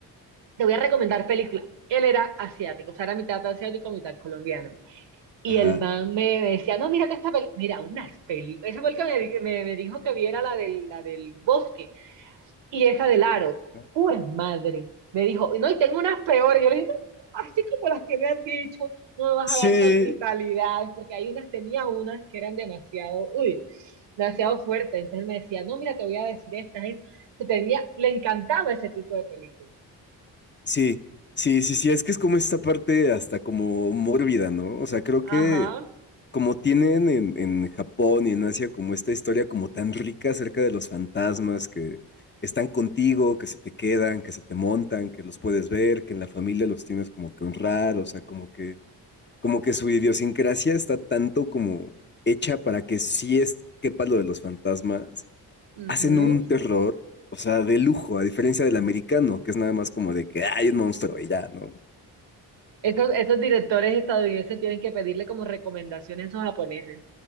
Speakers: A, on the right; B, on the left.
A: te voy a recomendar películas. Él era asiático, o sea, era mitad asiático, mitad colombiano. Y
B: <laughs> Ajá.
A: el man me decía, no, mírate esta película, mira, unas películas. Ese fue el que me, me- me dijo que viera la del, la del bosque. y esa del aro,
B: ¿no?
A: pues madre, me dijo, no, y tengo unas peores, yo le dije, no, no, no, así como las que me has dicho, no me vas
B: Sí,
A: a dar esas brutalidades, porque hay unas, tenía unas que eran demasiado, uy, demasiado fuertes, entonces me decía, no, mira, te voy a decir estas, estas. Se tenía, le encantaba ese tipo de películas.
B: sí, sí, sí, sí, es que es como esta parte hasta como mórbida, ¿no? O sea, creo que
A: Ajá.
B: como tienen en, en Japón y en Asia como esta historia como tan rica acerca de los fantasmas que están contigo, que se te quedan, que se te montan, que los puedes ver, que en la familia los tienes como que honrar, o sea, como que, como que su idiosincrasia está tanto como hecha para que si es quepa lo de los fantasmas,
A: Ujú.
B: hacen un terror, o sea, de lujo, a diferencia del americano, que es nada más como de que "Ah, hay un monstruo y ya, ¿no?
A: Esos, esos directores estadounidenses tienen que pedirle como recomendaciones a esos japoneses,